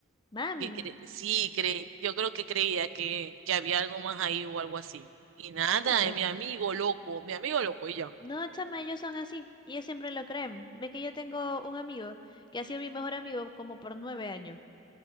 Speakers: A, on the left; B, on the right.
A: Mami.
B: Que cre- sí, creí, yo creo que creía que, que había algo más ahí o algo así. Y nada,
A: Ah, no.
B: eh, mi amigo loco, mi amigo loco y ya.
A: No, chama, ellos son así. Ellos siempre lo creen. Ve que yo tengo un amigo que ha sido mi mejor amigo como por nueve años.